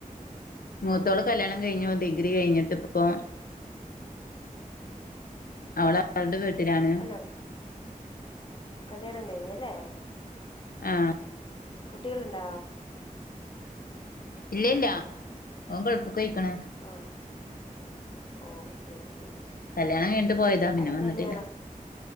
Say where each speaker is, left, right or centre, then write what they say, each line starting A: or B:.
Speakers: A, on the left; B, on the left.
A: മൂത്തോള്
B: ആഹ്
A: കല്യാണം കഴിഞ്ഞു ഡിഗ്രി കഴിഞ്ഞിട്ട് ഇപ്പോ അവള അവളടെ വീട്ടിലാണ്
B: അല്ല കല്യാണം കഴിഞ്ഞല്ലേ
A: ആഹ
B: കുട്ടികളുണ്ടോ
A: ഇല്ലല്ല ഓൻ ഗൾഫിക്ക് പോഴിക്കണ
B: ആഹ് ഓ ശരി ശരി
A: കല്യാണം കഴിട്ട് പോയതാ പിന്നെ
B: അടുത്ത്
A: വന്നിട്ടില്ല
B: തന്നെയാണോ